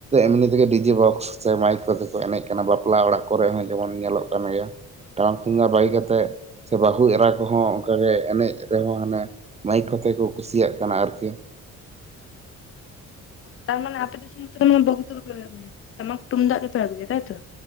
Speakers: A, on the right; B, on the left.
A: ᱮᱢᱱᱤ ᱛᱮᱜᱮ ᱰᱤᱡᱤ ᱵᱚᱠᱥ ᱥᱮ ᱢᱟᱭᱠᱳ ᱠᱚ ᱮᱱᱮᱡ ᱠᱟᱱᱟ ᱵᱟᱯᱞᱟ ᱚᱲᱟᱜ ᱠᱚᱨᱮ ᱦᱚᱸ ᱡᱮᱢᱚᱱ ᱧᱮᱞᱚᱜ ᱠᱟᱱ ᱜᱮᱭᱟ ᱴᱟᱢᱟᱠ ᱛᱩᱢᱫᱟᱜ ᱵᱟᱹᱜᱤ ᱠᱟᱛᱮᱜ ᱥᱮ ᱵᱟᱹᱦᱩ ᱮᱨᱟ ᱠᱚᱦᱚᱸ ᱚᱱᱠᱟᱜᱮ ᱮᱱᱮᱡ ᱨᱮᱦᱚᱸ ᱦᱟᱱᱮ ᱢᱟᱹᱭᱤᱠ ᱛᱮ ᱠᱚ ᱠᱩᱥᱤᱭᱟᱜ ᱠᱟᱱᱟ ᱟᱨᱠᱤ
B: ᱛᱟᱨ ᱢᱟᱱᱮ ᱟᱯᱮ ᱫᱤᱥᱚᱢ ᱫᱚ ᱵᱚᱥᱠ ᱫᱚ ᱵᱟᱯᱮ ᱟᱜᱩᱭᱟ ᱴᱟᱢᱟᱠ ᱛᱩᱢᱫᱟᱜ ᱜᱮᱞᱮ ᱟᱜᱩᱭᱟ ᱛᱟᱭᱛᱚ